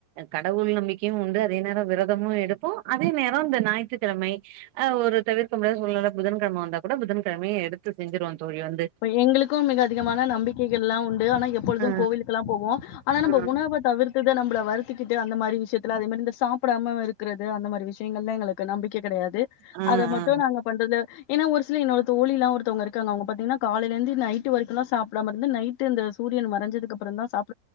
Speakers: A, on the right; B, on the left.
A: கடவுள் நம்பிக்கையும் உண்டு அதே நேரோ விரதமு எடுப்போ அதே நேரோ இந்த ஞாயிற்றுக்கிழமை அ ஒரு தவிர்க்க முடியாத சூழ்நில புதன்கெழம வந்தா கூட புதன்கெழமயும் எடுத்து செஞ்சிருவோ தோழி வந்து
B: எங்களுக்கும் மிக அதிகமான நம்பிக்கைகள்ல்லாம் உண் டு ஆனா எப்பொழுது
A: ஆ
B: கோவிலுக்கு எல்லா போவோம் ஆனா நம்ப
A: ஆ
B: உணவ தவிர்த்தத நம் ம்பள வருத்திக்கிட்டு அந்த மாரி விஷயத்துல அதே மாரி இந்த சாப்டாம இருக்கிறது அந்த மாரி விஷயங்கள்லா எங்களுக்கு நம்பிக் க கெடையாது
A: ஆ ஆ
B: அத மட்டு நாங்க பண்றது ஏன்னா ஒரு சில என்னோட தோழில்லா ஒருத்தவுங்க இருக்காங்க அவுங்க பாத்தீங்ன்னா காலைல இருந்து நைட் வரைக்குல்லா சாப்டாம இருந்து நைட்டு இந்த சூரியன் மறஞ்சதுக்கு அப்புறம் தான் சாப்